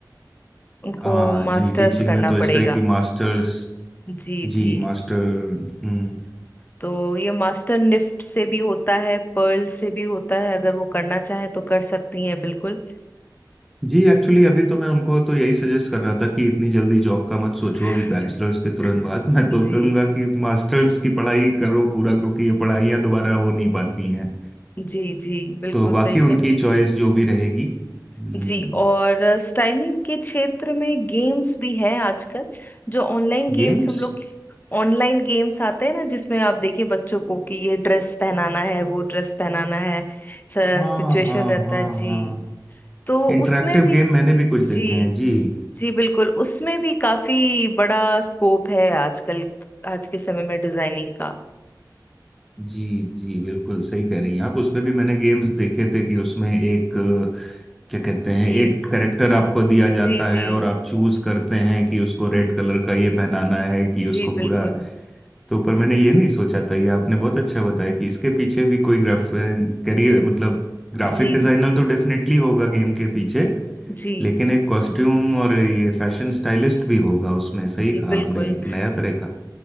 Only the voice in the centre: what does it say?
हाँ
जी टीचिंग
में तो इस
तरह की मास्टर्स
जी
मास्टर हम्म
जी एक्चुअली अभी तो मैं उनको तो यही सजेस्ट कर रहा था कि इतनी जल्दी जॉब का मत सोचो
अभी बैचलर्स के तुरंत बाद मैं तो
कहूँगा कि मास्टर्स की पढ़ाई करो पूरा क्योंकि ये पढ़ाइयाँ दोबारा हो नहीं पाती हैं
तो बाकी
उनकी
चॉइस जो भी रहेगी हम्म
गेम्स
हाँ
हाँ
हाँ
हाँ
इंटरेक्टिव
गेम मैंने भी कुछ
देखे हैं जी
जी जी बिल्कुल सही कह रही हैं आप उसमें भी मैंने गेम्स देखे थे कि उसमें एक अ, क्या कहते हैं
एक करेक्टर आपको दिया जाता
है
और आप चूज करते हैं कि उसको रेड कलर का ये पहनाना है कि उसको
पूरा तो पर मैंने ये नहीं सोचा था ये आपने बहुत अच्छा बताया कि इसके पीछे भी कोई ग्राफ करियर मतलब ग्राफिक
डिजाइनर तो डेफिनेटली होगा गेम के पीछे
लेकिन एक कॉस्ट्यूम और ये फैशन स्टाइलिस्ट भी होगा उसमें सही
कहा
आपने एक नया तरह का